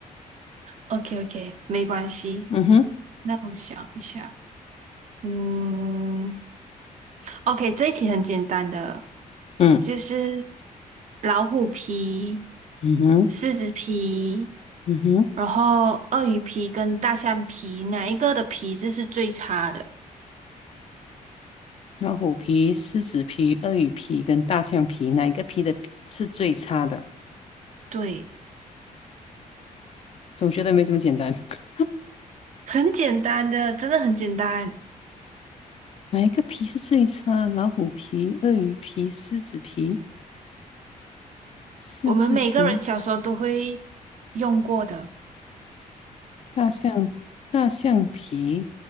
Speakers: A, on the right (about 55°); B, on the left (about 45°).
A: ？OK OK，没关系，
B: 嗯哼，
A: 那我想一下，嗯。OK，这一题很简单的，
B: 嗯
A: 就是老虎皮、
B: 嗯哼
A: 狮子皮，
B: 嗯哼，
A: 然后鳄鱼皮跟大象皮，哪一个的皮质是最差的？
B: 老虎皮、狮子皮、鳄鱼皮跟大象皮，哪一个皮的是最差的？
A: 对，
B: 总觉得没这么简单。<laughs>
A: 很简单的，真的很简单，
B: 哪一个皮是最差？老虎皮、鳄鱼皮、狮子皮？狮子皮、
A: 我们每个人小时候都会用过的。
B: 大象、大象皮、